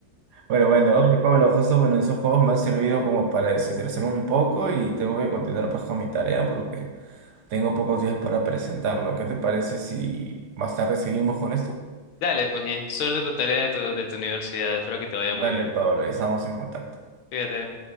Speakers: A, on the right; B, on the left.
A: Bueno, bueno, oye Pablo, justo bueno, esos juegos me han servido como para desestresarme un poco y tengo que continuar pues con mi tarea porque tengo pocos días para presentarlo. ¿Qué te parece si más tarde seguimos con esto?
B: Dale, pues bien. Suerte en tu tarea de tu, de tu universidad. Espero que te vaya
A: Dale,
B: muy bien.
A: Pablo, ya estamos en contacto.
B: Fíjate.